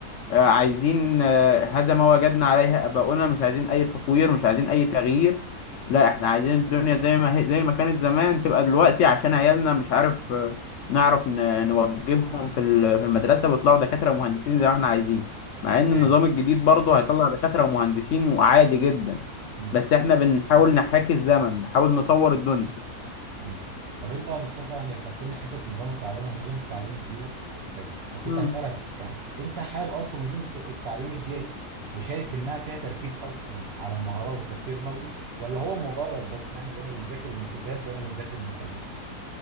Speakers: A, on the left; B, on the right.
A: آه، عايزين آه، هذا ما وجدنا عليه آباؤنا مش عايزين أي تطوير مش عايزين أي تغيير لا إحنا عايزين الدنيا زي ما هي زي ما كانت زمان تبقى دلوقتي عشان عيالنا مش عارف آه، نعرف ن- نوجههم في ال- في المدرسة ويطلعوا دكاترة ومهندسين زي ما إحنا عايزين مع إن
B: تمام
A: النظام الجديد برضه هيطلع دكاترة ومهندسين وعادي جدا
B: مم.
A: بس إحنا بنحاول نحاكي الزمن بنحاول نطور الدنيا
B: مم. طب انت يا مصطفى يعني خدتني حته نظام التعلم ونظام التعليم الجديده طيب فكنت
A: مم.
B: هسالك يعني انت حابب اصلا منظومه الت- التعليم الجديده دي وشايف انها فيها تركيز اصلا على المهارات والتفكير النقدي ولا هو مجرد بس ان احنا بقينا بنذاكر من كتاب بقينا بنذاكر من تابلت